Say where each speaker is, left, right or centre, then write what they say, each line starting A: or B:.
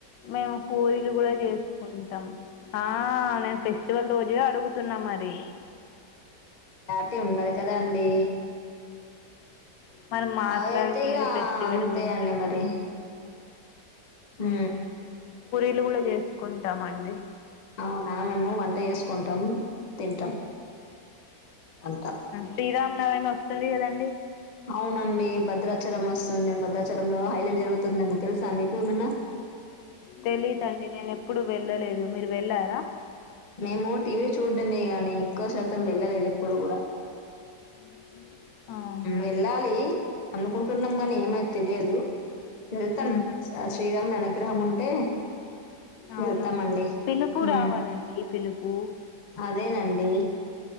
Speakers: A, on the left (about 90°); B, on the left (about 40°).
A: మేము పూరీలు కూడా చేసుకుంటాం ఆ నేను ఫెస్టివల్ రోజు ఇ అడుగుతున్నా మరి
B: తే ఉండాలి కదా అండి
A: మనం మాట్లాడుకునేది
B: అవిఅయితే ఇగా
A: ఫెస్టివల్
B: అంతే
A: గురించే
B: అండి మరి
A: కదా
B: మ్
A: నువ్వులు కూడా చేసుకుంటామండి
B: ఆ మేము వంట చేసుకుంటాం తింటాం అంతా
A: శ్రీరామనవమి వస్తుంది కదండి
B: అవునండి భద్రాచలం వస్తుంది భద్రాచలంలో హైలైట్ జరుగుతుందండి తెలుసా మీకు ఏమ్మన్న
A: తెలీదండి నేను ఎప్పుడు వెళ్ళలేదు మీరు వెళ్ళారా
B: మేము టీవీ చూడడమే గానీ ఎక్కువ శాతం వెళ్ళలేదు ఎప్పుడు కూడా
A: <inaudible> ఆహా
B: వెళ్ళాలి అనుకుంటున్నాం గాని ఏమై తెలియదు వెళ్తాం
A: ఉహు
B: శ్రీరామ్మునీ అనుగ్రహం ఉంటే
A: అవును
B: వెళ్తామండి
A: పిలుపు
B: హ్మ్
A: రావాలండి పిలుపు
B: అదేనండి